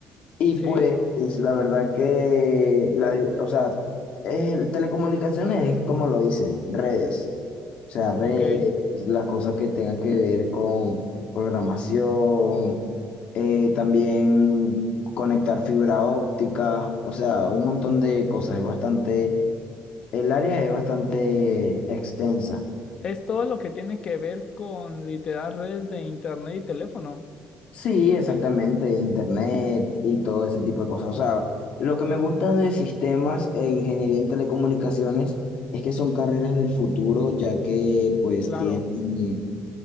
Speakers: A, on the left; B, on the left.
A: Y
B: ¿Sí?
A: pues la verdad que, la, o sea, el- telecomunicaciones es como lo dice, redes. O sea, redes,
B: Ok.
A: las cosas que tengan que ver con programación, eh, también conectar fibra óptica, o sea, un montón de cosas. Es bastante, el área es bastante extensa.
B: Es todo lo que tiene que ver con literal redes de internet y teléfono.
A: Sí, exactamente, internet y todo ese tipo de cosas. O sea, lo que me gusta de sistemas e ingeniería en telecomunicaciones es que son carreras del futuro, ya que pues
B: Claro.
A: tienen